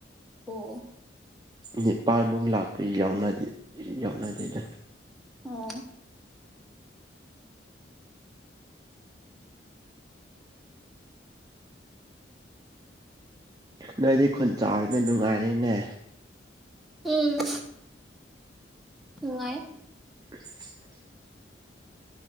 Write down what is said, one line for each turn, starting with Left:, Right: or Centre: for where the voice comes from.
Centre: ꯑꯣ
Right: ꯅꯤꯄꯥꯜꯃꯨꯛ ꯂꯥꯛꯄ ꯌꯥꯎꯅꯗꯦ ꯌꯥꯎꯅꯗꯦꯗ
Centre: ꯑꯣ
Right: ꯅꯣꯏꯗꯤ ꯈꯨꯟ ꯆꯥꯎꯔꯦꯅ ꯅꯨꯡꯉꯥꯏꯔꯦꯅꯦ
Centre: ꯎꯝ ꯅꯨꯡꯉꯥꯏ
Right: <inaudible>